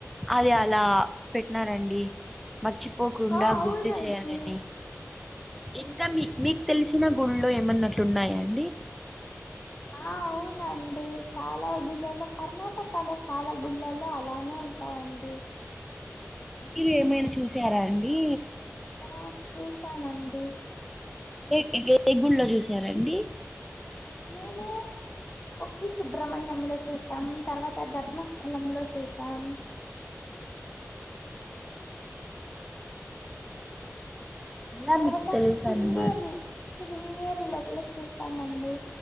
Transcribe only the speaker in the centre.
అది అలా పెట్టినారండి మర్చిపోకుండా
గుర్తు చేయాలని ఇంకా మీ మీకు తెలిసిన గుళ్లో ఏమన్నా అట్లా ఉన్నాయా అండి అండి
మీరు ఏమైనా చూసారా అండి
ఎంటి ఏ గుళ్ళో చూసారాండి
అలా
మీకు తెలుసు
అన్నమాట